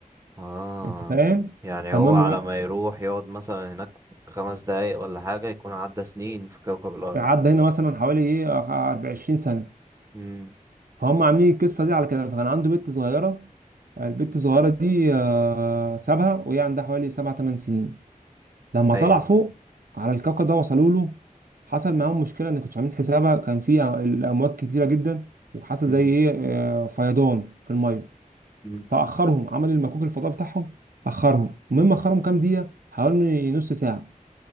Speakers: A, on the right (about 20°); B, on the right (about 85°).
A: اه
B: أنت فاهم
A: يعني
B: فالمهم
A: هو على
B: بقى
A: ما يروح يقعد مثلا هناك خمس دقايق ولا حاجة يكون عدى سنين في كوكب الأرض
B: عدى هنا مثلا حوالي إيه أخ- 24 سنة
A: مم.
B: فهم عاملين القصة دي على كده فكان عنده بنت صغيرة البنت الصغيرة دي آه، سابها وهي عندها حوالي سبع ثمان سنين لما
A: أيوة
B: طلع فوق على الكوكب ده وصلوا له حصل معاهم مشكله ان كنتش عاملين حسابها كان في أ- الامواج كتيره جدا وحصل
A: مم.
B: زي ايه آه، فيضان في الميه
A: مم.
B: فاخرهم عمل المكوك الفضاء بتاعهم اخرهم المهم اخرهم كام دقيقه حوالي نص ساعه